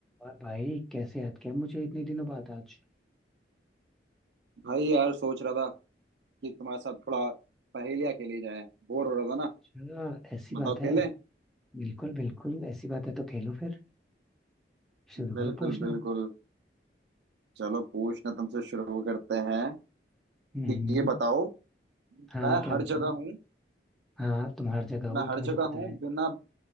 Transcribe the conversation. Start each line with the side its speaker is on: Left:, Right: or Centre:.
Centre: और भाई कैसे याद किया मुझे इतने दिनों बाद आज
Right: भाई यार सोच रहा था कि तुम्हारे साथ थोड़ा पहेलियाँ खेली जाए बोर हो रहा था
Centre: अच्छा
Right: ना
Centre: ऐसी बात
Right: बताओ
Centre: है
Right: खेलें
Centre: बिल्कुल बिल्कुल ऐसी बात है तो खेलो फिर शुरू
Right: बिल्कुल
Centre: करो पूछना
Right: बिल्कुल चलो पूछना तुमसे शुरू करते हैं तो
Centre: हम्म
Right: ये बताओ मैं
Centre: हाँ क्या
Right: हर
Centre: बताऊँ
Right: जगह हूँ
Centre: हाँ तुम हर जगह हो
Right: मैं
Centre: तो
Right: हर
Centre: मुझे
Right: जगह
Centre: पता
Right: हूँ
Centre: है
Right: बिना